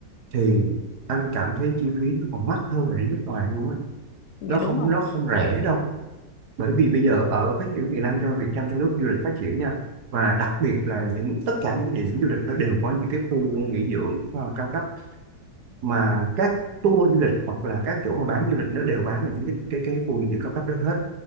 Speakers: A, on the right; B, on the left.
A: thì anh cảm thấy chi phí nó còn mắc hơn là đi nước ngoài luôn á
B: dạ
A: nó
B: đúng
A: không
B: rồi.
A: nó không rẻ đâu bởi vì bây giờ ở phát triển Việt Nam cho Việt Nam trong nước du lịch phát triển nha và đặc biệt là những tất cả những địa điểm du lịch nó đều có những cái khu nghỉ dưỡng à, cao cấp mà các tour du lịch hoặc là các chỗ mà bán du lịch nó đều bán là những cái cái cái khu nghỉ dưỡng cao cấp đó hết